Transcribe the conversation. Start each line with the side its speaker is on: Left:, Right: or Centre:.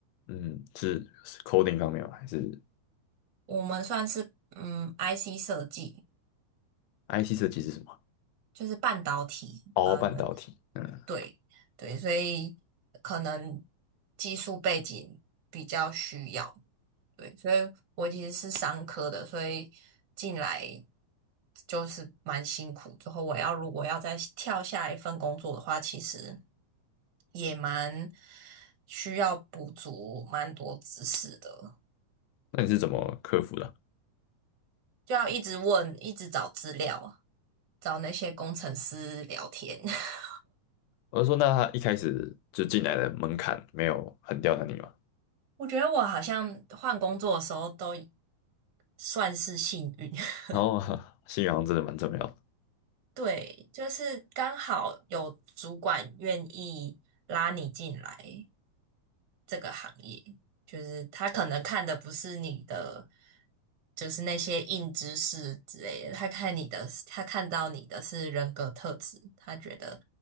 Left: 嗯是是 coding 方面吗？还是
Right: 我们算是嗯 IC 设计，
Left: IC 设计是什么？
Right: 就是半导体，
Left: 哦，
Right: 啊，
Left: 半导体。嗯。
Right: 对对，所以可能技术背景比较需要。对，所以我其实是商科的，所以进来就是蛮辛苦。之后我要如果要再跳下一份工作的话，其实也蛮需要补足蛮多知识的，
Left: 那你是怎么克服的？
Right: 就要一直问，一直找资料，找那些工程师聊天。<laughs>
Left: 我就说，那他一开始就进来的门槛没有很刁难你嘛？
Right: 我觉得我好像换工作的时候都算是幸运，<laughs>
Left: 然后 <laughs> 信仰真的蛮重要的，
Right: 对，就是刚好有主管愿意拉你进来这个行业，就是他可能看的不是你的，就是那些硬知识之类的，他看你的，他看到你的是人格特质，他觉得